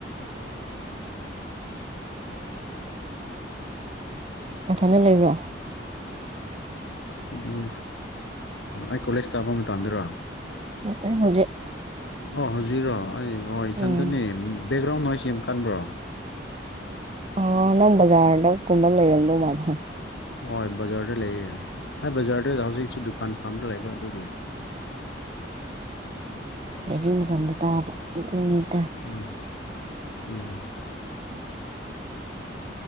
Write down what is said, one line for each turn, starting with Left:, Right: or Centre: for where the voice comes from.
Right: ꯅꯊꯅ ꯂꯩꯕ꯭ꯔꯣ
Left: ꯎꯝ ꯑꯩ ꯀꯣꯂꯦꯖ ꯀꯥꯕ ꯃꯇꯝꯗꯔꯣ
Right: ꯅꯠꯇ ꯍꯧꯖꯤꯛ
Left: ꯑꯣ ꯍꯧꯖꯤꯔꯣ ꯑꯩ ꯑꯣ ꯏꯊꯟꯗꯅꯦꯝ
Right: ꯎꯝ
Left: ꯕꯦꯛꯒ꯭ꯔꯥꯎꯟ ꯅꯣꯏꯁ ꯌꯥꯝ ꯀꯟꯕ꯭ꯔꯣ
Right: ꯑ ꯅꯪ ꯖꯥꯗ ꯀꯨꯝꯕꯜ ꯂꯩ ꯑꯗꯨ ꯃꯥꯅ
Left: ꯍꯣꯏ ꯕꯖꯥꯔꯗ ꯂꯩꯌꯦ ꯍꯥꯏ ꯕꯖꯥꯔꯗ ꯍꯧꯖꯤꯛꯁꯨ ꯗꯨꯀꯥꯟ ꯐꯥꯔꯝꯗ ꯂꯩꯕ ꯑꯗꯨꯒꯤ
Right: ꯑꯣꯝ ꯗꯀꯗ ꯇ
Left: ꯎꯝ ꯎꯝ